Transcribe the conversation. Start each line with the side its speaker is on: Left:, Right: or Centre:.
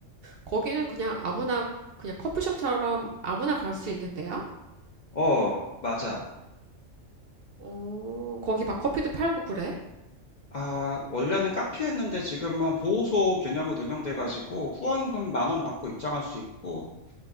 Right: 거기는 그냥 아무나, 그냥 커피숍처럼 아무나 갈 수 있는데요?
Left: 어, 맞아.
Right: 어, 거기 막 커피도 팔고 그래?
Left: 아, 원래는 카페였는데 지금은 보호소 개념으로 운영돼가지고 후원금 만 원 받고 입장할 수 있고